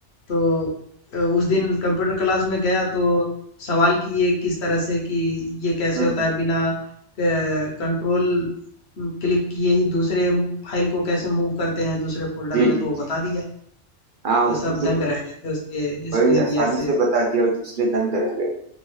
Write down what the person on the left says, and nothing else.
तो अ, उस दिन कंप्यूटर क्लास में गया तो सवाल किए किस तरह से कि ये कैसे
होता है बिना कंट्रोल क्लिक किए ही दूसरे फाइल को कैसे मूव करते हैं दूसरे फोल्डर
में
तो वो
बता दिया
तो
सब दंग
रह गए थे उसके इस
बिहेवियर
से